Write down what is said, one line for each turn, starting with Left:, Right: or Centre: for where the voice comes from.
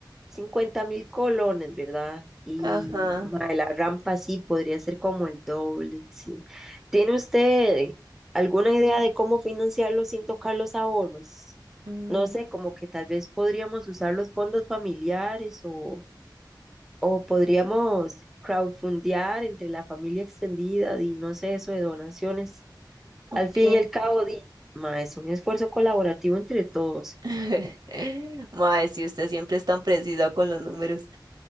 Centre: cincuenta mil colones, ¿verdad? Y
Right: ajá.
Centre: mae, la rampa sí podría ser como el doble, sí. ¿Tiene usted alguna idea de cómo financiarlo sin tocar los ahorros?
Right: mm,
Centre: No sé, como que tal vez podríamos usar los fondos familiares o, o podríamos crowdfundear entre la familia extendida y no sé, eso de donaciones.
Right: ok.
Centre: Al fin y al cabo, di, ma, es un esfuerzo colaborativo entre todos.
Right: <laughs> Mae, si usted siempre es tan preciso con los números.